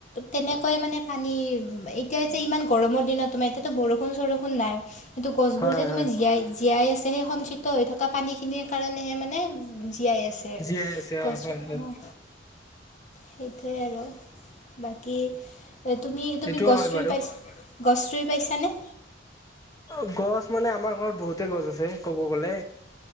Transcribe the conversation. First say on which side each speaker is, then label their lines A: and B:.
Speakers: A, on the left; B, on the left.
A: তেনেকৈয়ে মানে পানী এতিয়া যে ইমান গৰমৰ দিনত তোমাৰ এতিয়াতো বৰষুণ চৰষুণ নাই সেইটো গছবোৰ
B: হয়
A: যে তুমাৰ
B: হয়
A: জীয়াই জীয়াই আছে সেই সঞ্চিত হৈ থকা পানীখিনিৰ কাৰণেহে মানে জীয়াই আছে
B: জীয়াই আছে
A: গছ
B: অ হয় হয়
A: অঁ সেইটোৱে আৰু বাকী তুমি তুমি
B: এইটোও
A: গছ
B: হয়
A: ৰুই
B: বাৰু
A: পাইছা গছ ৰুই পাইছানে
B: অ, গছ মানে আমাৰ ঘৰত বহুতে গছ আছে ক'ব গ'লে